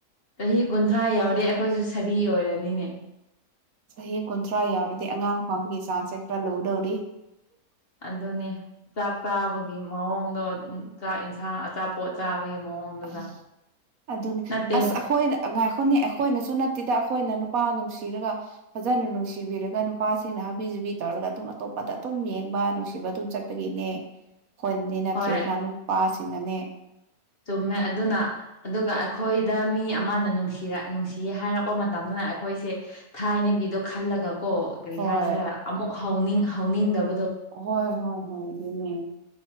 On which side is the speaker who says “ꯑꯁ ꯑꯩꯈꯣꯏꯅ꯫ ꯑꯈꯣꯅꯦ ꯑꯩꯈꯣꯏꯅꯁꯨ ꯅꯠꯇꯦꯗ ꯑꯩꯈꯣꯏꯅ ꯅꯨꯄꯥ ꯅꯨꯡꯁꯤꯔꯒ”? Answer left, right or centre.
Right